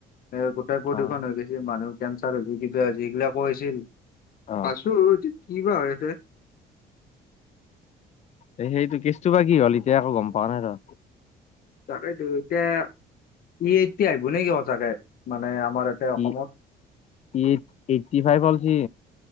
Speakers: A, on the left (about 60°); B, on the left (about 40°).
A: এ গোটেই প্ৰদূষণ
B: অ
A: হয় - ত বেছি মানুহ কেনচাৰ হৈছে কিবা হৈছে সেইগিলাকো হৈছিল,
B: অ
A: পাছো যে- কিবা হয়ঁ ইয়াতে?
B: এ সেইটো কেচটোৰ পৰা কি হ'ল এতিয়া একো গম পোৱা নাই ৰ?
A: তাকেইটো এতিয়া ই এতিয়া আহিব নেকি সঁচাকে মানে আমাৰ এতিয়া অসমত?
B: ই ই এইটি ফাইভ অলচি।